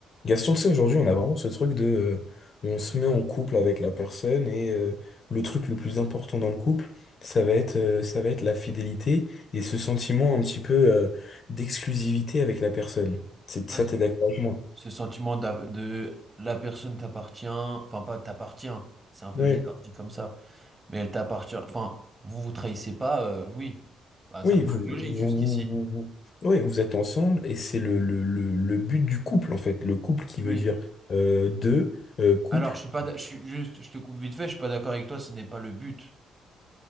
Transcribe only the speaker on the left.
Gaston, tu sais, aujourd'hui, on a vraiment ce truc de... euh, on se met en couple avec la personne et euh, le truc le plus important dans le couple, ça va être, euh, ça va être la fidélité et ce sentiment un petit peu euh, d'exclusivité avec la personne. C'est,
ça,
t'es d'accord avec moi?
Oui.
Oui,
vous, vous,
vous, vous- ouais, vous êtes ensemble et c'est le, le, le, le but du couple, en fait. Le couple qui veut
dire euh, deux, euh, couple.